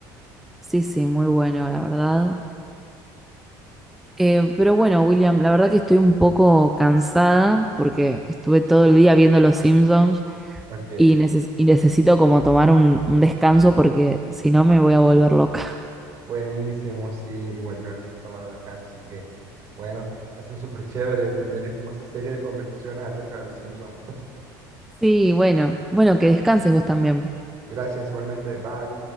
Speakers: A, in the centre; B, on the right (about 40°).
A: sí, sí, muy bueno, la verdad. Eh, pero bueno, William, la verdad que estoy un poco cansada porque estuve todo el día viendo Los Simpsons.
B: Ok,
A: y, neces- y necesito como tomar un, un descanso porque si no me voy a volver loca. <laughs>
B: buenísimos, sí, igual yo necesito tomar un descanso, así que bueno, ha sido súper chévere tener como esa serie de conversaciones acerca de Los Simpson <laughs>
A: Sí, bueno, bueno, que descanses vos también.
B: Gracias, igualmente, bye.